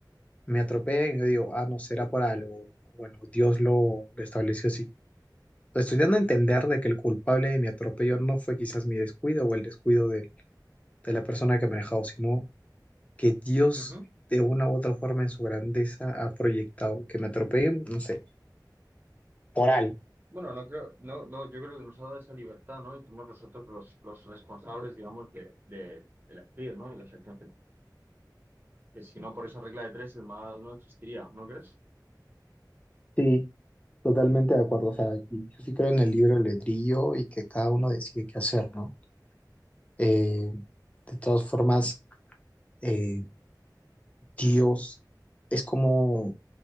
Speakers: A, on the left; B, on the right.
A: me atropellan y yo digo, ah, no, será por algo. Bueno, Dios lo, lo estableció así. Pues Estoy dando a entender de que el culpable de mi atropello no fue quizás mi descuido o el descuido de, de la persona que me ha manejado, sino que Dios
B: Ujú.
A: de una u otra forma en su grandeza ha proyectado. Que me atropellen, no sé, por algo.
B: Bueno, no creo, no, no, yo creo que nos ha dado esa libertad, ¿no? Y somos nosotros los, los responsables, digamos, de, de elegir, ¿no? Y las acciones que, que si no por esa regla de tres, el mal no existiría, ¿no crees?
A: Sí, totalmente de acuerdo. O sea, yo sí creo en el libre albedrío y que cada uno decide qué hacer, ¿no? Eh, de todas formas, eh, Dios es como,